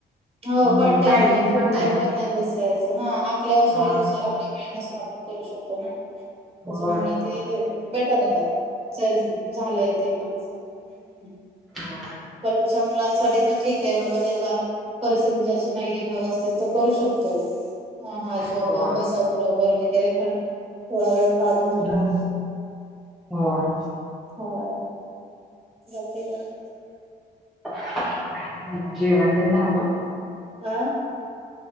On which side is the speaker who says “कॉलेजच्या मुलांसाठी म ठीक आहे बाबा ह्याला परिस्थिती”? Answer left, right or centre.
Right